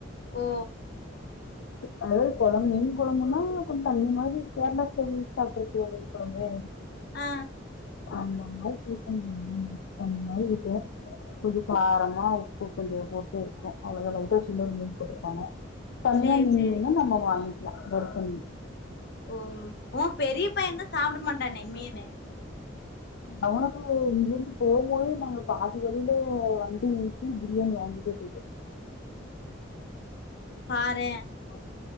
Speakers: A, on the left; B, on the left.
A: ஓ
B: அதாவுது கொழம்பு மீன் கொழம்புனா கொஞ்ச தண்ணி மாதிரி கேரளா ஸ்டைல் சாப்ட்ருக்யா மீன் கொழம்பு
A: ஆ
B: அந்த மாரி <unintelligible> அந்த மாரி இருக்கு கொஞ்ச காரமா உப்பு கொஞ்ச போட்டு இருக்கு அவ்ளதா லை ட்டா சின்ன ஒரு மீன் போட்ருப்பாங்க தனியா
A: சேரி
B: மீன்
A: சேரி
B: வேணுனா நம்ம வாங்க்லா வறுத்த மீன்
A: ஓ ஊ பெரிய பையந்தா சாப்ட மாட்டானே மீனு
B: அவனுக்கு இங்கிருந்து போகும்போதே நாங்க பாதி வழில வண்டி நிறுத்தி பிரியாணி வாங்கிட்டே போய்ட்டோ
A: பாறே
B: ஆ